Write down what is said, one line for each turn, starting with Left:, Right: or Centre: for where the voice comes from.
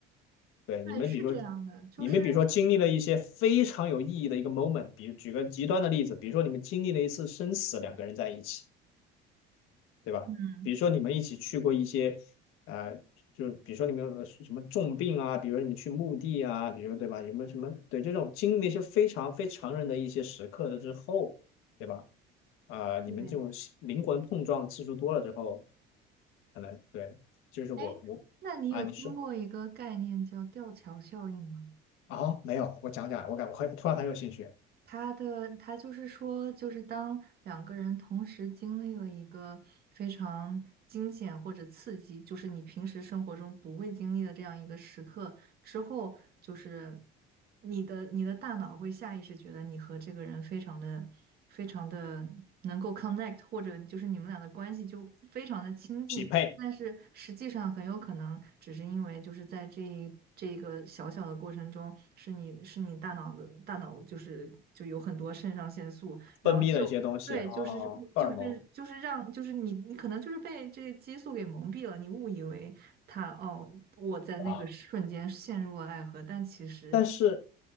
Left: 对，
Right: 对，
Left: 你们比如说，
Right: 是这样的，就是
Left: 你们比如说经历了一些非常有意义的一个 moment，比举个极端的例子，比如说你们经历了一次生死，两个人在一起，对吧？
Right: 嗯，
Left: 比如说你们一起去过一些，呃，就比如说你们有什么重病啊，比如说你们去墓地啊，比如说对吧？有没有什么对这种经历了一些非常非常人的一些时刻的之后，对吧？啊、你们这种灵魂碰撞次数多了之后，
Right: 对，
Left: 可能对，就是我我啊，
Right: 哎，那你有听过一个概念叫吊桥效应吗？
Left: 你说。啊，没有，我讲讲，我感我很突然很有兴趣。
Right: 他的他就是说，就是当两个人同时经历了一个非常惊险或者刺激，就是你平时生活中不会经历的这样一个时刻之后，就是你的你的大脑会下意识觉得你和这个人非常的非常的能够 connect，或者就是你们俩的关系就非常的亲近，
Left: 匹配
Right: 但是实际上很有可能只是因为就是在这一这个小小的过程中，是你是你大脑的大脑就是就有很多肾上腺素，然后就对，
Left: 分泌的一些东西啊，
Right: 就是就是就是让就是你你可能就是被这个激素给蒙蔽了，
Left: 哦荷尔蒙
Right: 你误以为他哦我在那个瞬间陷入了爱河，
Left: 哇。
Right: 但其实
Left: 但是